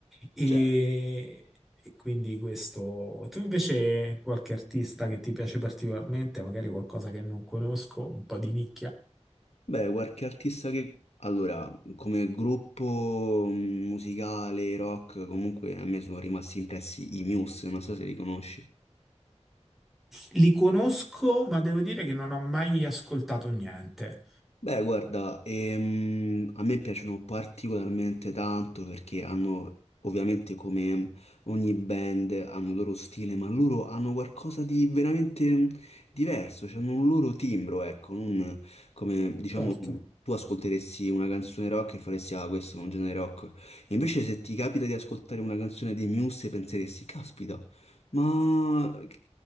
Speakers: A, in the centre; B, on the left.
A: E,
B: cioè.
A: e quindi questo... Tu invece qualche artista che ti piace particolarmente, magari qualcosa che non conosco, un po' di nicchia?
B: Beh, qualche artista che... Allora, come gruppo mm, musicale, rock, comunque a me sono rimasti impressi i Muse, non so se li conosci.
A: Li conosco, ma devo dire che non ho mai ascoltato niente.
B: Beh, guarda, ehm, a me piacciono particolarmente tanto perché hanno, ovviamente come ogni band, hanno il loro stile, ma loro hanno qualcosa di veramente diverso, cioè hanno un loro timbro, ecco, non come, diciamo,
A: Certo.
B: tu ascolteresti una canzone rock e faresti, ah, questo è un genere rock. E invece se ti capita di ascoltare una canzone dei Muse penseresti, caspita, ma che